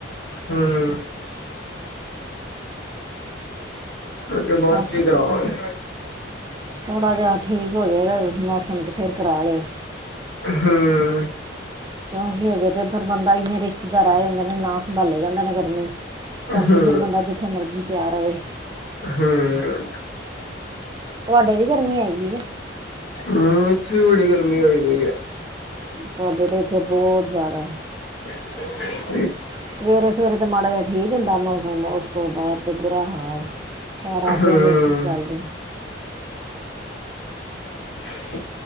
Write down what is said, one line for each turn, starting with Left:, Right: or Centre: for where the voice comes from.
Left: ਹੂੰ ਕਿਉਂਕਿ ਬਾਅਦ ਚ
Right: ਥ
Left: ਹੀ ਕਰਾਵਾਂਗੇ
Right: ਥੋੜ੍ਹਾ ਜਿਹਾ ਠੀਕ ਹੋ ਜਾਗਾ ਮੌਸਮ ਤੇ ਫਿਰ ਕਰਾ ਲਿਆ ਜੇ
Left: ਹੂੰ
Right: ਕਿਉਂਕ ਹਜੇ ਤੇ ਫਿਰ ਬੰਦਾ ਇੰਨੇ ਰਿਸ਼ਤੇਦਾਰ ਆ ਜਾਂਦੇ ਨੇ ਨਾ ਸੰਭਾਲੇ ਜਾਂਦੇ ਨੇ ਗਰਮੀ ਚ ਸਰਦੀ
Left: ਹੂੰ
Right: 'ਚ ਬੰਦਾ ਜਿੱਥੇ ਮਰਜ਼ੀ ਪਿਆ ਰਵੇ
Left: ਹਮ
Right: ਤੁਹਾਡੇ ਵੀ ਗਰਮੀ ਹੈਗੀ ਹੈ
Left: ਹਮ ਇੱਥੇ ਵੀ ਬੜੀ ਗਰਮੀ ਹੋ ਪਈ ਆ
Right: ਸਾਡੇ ਤਾਂ ਇੱਥੇ ਬਹੁਤ ਜ਼ਿਆਦਾ
Left: <inaudible>
Right: ਸਵੇਰੇ- ਸਵੇਰੇ ਤੇ ਮਾੜਾ ਜਿਹਾ ਠੀਕ ਹੁੰਦਾ ਮੌ ਉਸ ਤੋਂ ਬਾਅਦ ਤੇ ਬੁਰਾ ਹਾਲ ਸਾਰਾ
Left: ਹੂੰ
Right: ਦਿਨ ਏਸੀ ਸੀ ਚੱਲਦੇ ਨੇ <inaudible>
Left: <inaudible>